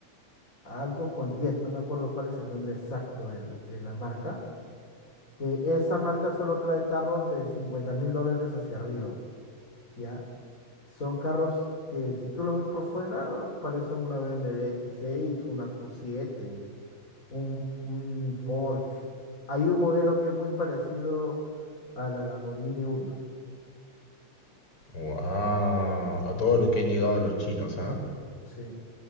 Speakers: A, on the left; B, on the left.
A: algo con Jet, no me acuerdo cuál es el nombre exacto del- de la marca que esa marca solo trae carros de cincuenta mil dólares hacia arriba, ¿ya? Son carros que si tú los ves por fuera parecen una BMW X6, una Q7, un, un Porsche. Hay un modelo que es muy parecido a la Lamborghini Urus,
B: Wow, a todo lo que han llegado los chinos, ¿ah?
A: sí.